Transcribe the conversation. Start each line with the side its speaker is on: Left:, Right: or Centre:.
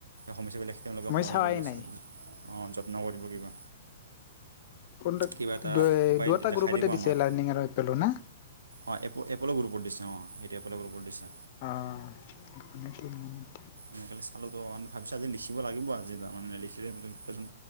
Right: সমস্যা বিলাক দেখি তেওঁলোকে
Left: মই
Right: সমাধান
Left: চাৱাই
Right: কৰিবলৈ
Left: নাই
Right: অ' যত্ন কৰিব কিবা
Left: কোনটো
Right: কিবা এটা উপায়
Left: দুটা
Right: দেখাই
Left: গ্ৰুপতে
Right: দিব
Left: দিছে
Right: আমাক।
Left: লাৰ্ণিং আৰু এপেলো না
Right: অ' এপলো গ্ৰুপত দিছে অ' এয়া কৰিব দিছে।
Left: অঁ
Right: মই কালি চালোঁ তো মানে ভাবিছোঁ আজি লিখিব লাগিব আজি তাৰমানে লিখিলে এজন